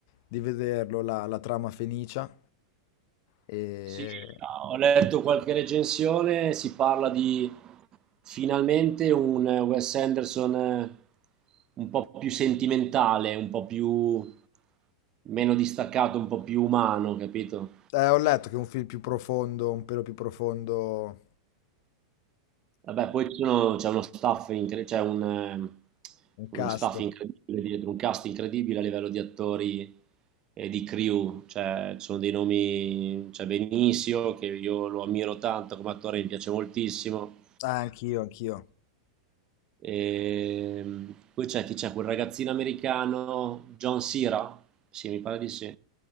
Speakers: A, on the left (about 55°); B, on the right (about 35°).
A: di vederlo, la, la trama Fenicia. E...
B: Sì, ho letto qualche recensione, si parla di finalmente un eh, Wes Anderson eh, un po' più sentimentale, un po' più meno distaccato, un po' più umano, capito?
A: eh, ho letto che è un film più profondo, un pelo più profondo,
B: Vabbè, poi ci sono- c'è uno staff incre- c'è un, eh,
A: un
B: uno
A: cast.
B: staff incredibile dietro, un cast incredibile a livello di attori e di crew, cioè ci sono dei nomi, c'è Benicio che io lo ammiro tanto come attore, mi piace moltissimo.
A: Ah, anch'io, anch'io.
B: Ehm, poi c'è chi c'è, quel ragazzino americano, John Cera, sì, mi pare di sì.